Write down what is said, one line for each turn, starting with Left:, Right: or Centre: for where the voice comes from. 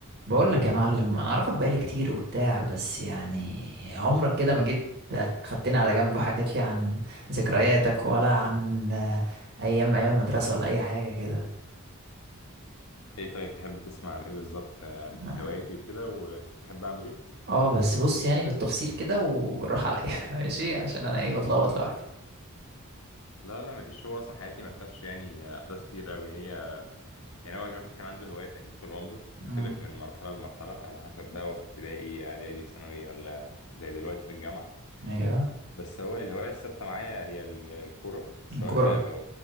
Right: بقول لك يا معلم انا اعرفك بقالي كتير وبتاع بس يعني عمرك كده ما جيت خدتني على جنب وحكيت لي عن ذكرياتك ولا عن ايام ايام المدرسة ولا اي حاجة كده
Left: ايه طيب تحب تسمع عن ايه بالظبط عن
Right: ما-
Left: هواياتي وكده وكنت بحب اعمل ايه
Right: اه بس بص يعني بالتفصيل كده وبالراحة عليا <laughs> ماشي عشان انا ايه بتلخبط لوحدي
Left: لا لا مفيش هو اصلا حياتي ما فيهاش يعني احداث كتير قوي هي يعني هو الواحد كان عنده هوايات اكيد طول عمره تختلف
Right: امم
Left: من مرحله لمرحله على حسب بقى هو في ابتدائي اعدادي ثانوي ولا زي دلوقتي في الجامعه
Right: ايوه
Left: بس هو الهوايه الثابته معايا هي ال- الكوره سواء
Right: الكرة
Left: لعبه او